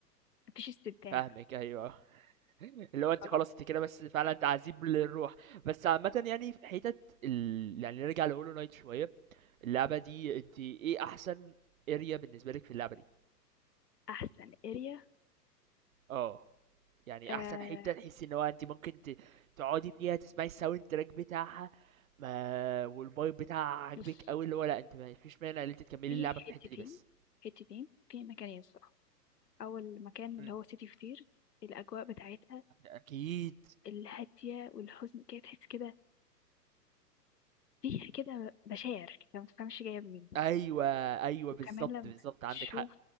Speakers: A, on the left (about 70°); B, on the right (about 55°).
A: مفيش استمتاع
B: فاهمِك أيوه، <laughs> اللي هو أنتِ
A: خلاص
B: خلاص أنتِ كده بس فعلًا تعذيب للروح، بس عامةً يعني في حتت ال يعني نرجع لHollow Knight شوية، اللعبة دي أنتِ إيه أحسن area بالنسبة لِك في اللعبة دي؟
A: أحسن اريا
B: آه، يعني
A: آه
B: أحسن حتة تحسي إن هو أنتِ ممكن ت تقعدي فيها تسمعي الsound track بتاعها ما والvibe بتاعها عاجبِك
A: بص
B: أوي، اللي هو لأ أنتِ ما فيش مانع إن أنتِ تكمّلي
A: في
B: اللعبة في
A: حتتين
B: الحتة دي بس.
A: حتتين في مكانين الصراحة أول مكان
B: إمم،
A: اللي هو سيتي كتير الأجواء بتاعتها
B: أكيد،
A: الهادية والحزن كده تحس كده فيها كده بشاعر كده ما تفهمش جاية منين
B: أيوه، أيوه،
A: وكمان
B: بالضبط،
A: لما
B: بالضبط، عندِك
A: تشوف
B: حق.